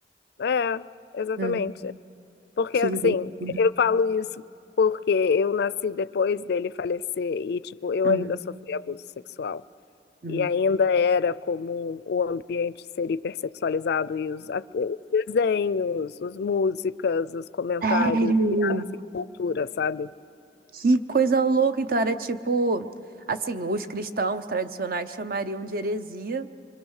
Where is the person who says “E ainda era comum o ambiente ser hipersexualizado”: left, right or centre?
Left